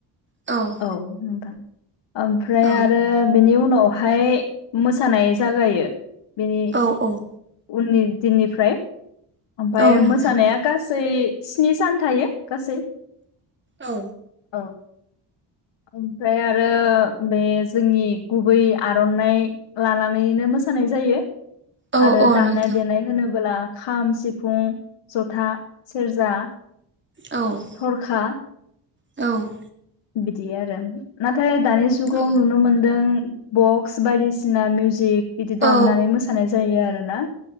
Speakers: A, on the right (about 25°); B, on the left (about 80°).
A: औ
B: औ नोंथां ओमफ्राय
A: औ
B: आरो बेनि उनावहाय मोसानाय जागायो बेनि
A: औ औ
B: उननि दिननिफ्राय ओमफ्राय
A: औ नोंथां
B: मोसानाया गासै स्नि सान थायो गासै
A: औ
B: औ ओमफ्राय <unintelligible> बे जोंनि गुबै आर'नाइ लानानैनो मोसानाय जायो।
A: औ
B: आरो
A: औ
B: दामनाय
A: नोंथां
B: देनाय होनोबो्ला खाम सिफुं जथा सेरजा
A: औ
B: थरखा
A: औ
B: बिदि आरो नाथाय दानि जुगाव
A: औ
B: नुनो मोनदों बक्स बायदिसिना मिउजिक बिदि दामनानै
A: औ
B: मोसानाय जायो आरोना